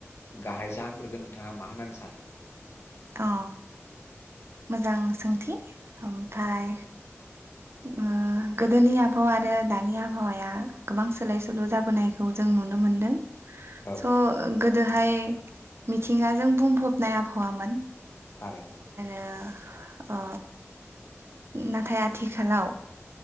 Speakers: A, on the left; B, on the right.
A: गाहाय जाहोनफोरखौ नोंथाङा मा होननानै सानो?
B: अ मोजां सोंथि। ओमफाय ओ गोदोनि आबहावा आरो दानि आबहावाया गोबां सोलाय सोल' जाबोनायखौ जों नुनो मोनदों।
A: औ
B: स' गो दोहाय मिथिंगाजों बुंफबनाय आबहावामोन।
A: थारैनो
B: आ आ नाथाय आथिखालाव